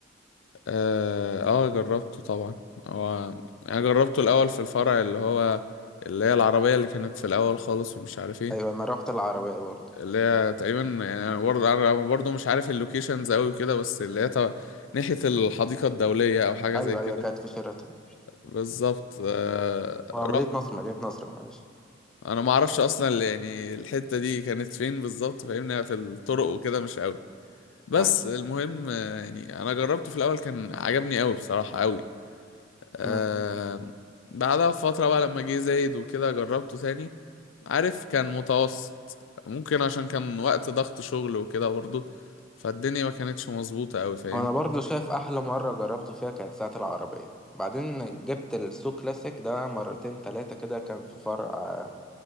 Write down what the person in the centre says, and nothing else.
ايوه انا رحت العربيه برضو
ايوه
ايوه كانت في شيراتون
آه، مدينه
نصر مدينه نصر معلش
أيوة
مم.
وأنا برضو شايف أحلى مرة جربته فيها كانت ساعة العربية بعدين جبت السو كلاسيك ده مرتين تلاتة كده كان في فرع آه،